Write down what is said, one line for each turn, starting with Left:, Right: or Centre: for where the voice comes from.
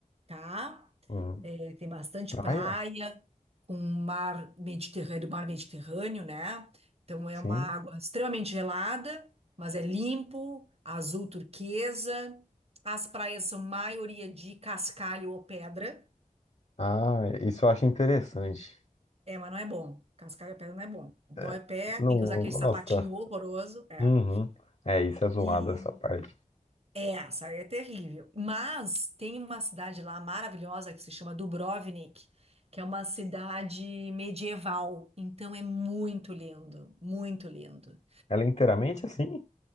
Right: tá?
Left: Hum,
Right: É, tem bastante
Left: praia?
Right: praia, com mar Mediterrâneo, mar Mediterrâneo, né? Então é
Left: Sim.
Right: uma água extremamente gelada, mas é limpo, azul turquesa. As praias são maioria de cascalho ou pedra.
Left: Ah, isso eu acho interessante.
Right: É, mas não é bom. Cascar de pedra não é bom. Dói
Left: É,
Right: o pé,
Left: não,
Right: tem que
Left: não
Right: usar aquele
Left: gosta.
Right: sapatinho horroroso. É.
Left: Uhum. É, isso é zoado
Right: E
Left: essa parte.
Right: é, essa é terrível. Mas tem uma cidade lá maravilhosa que se chama Dubrovnik, que é uma cidade medieval. Então é muito lindo, muito lindo.
Left: Ela é inteiramente assim?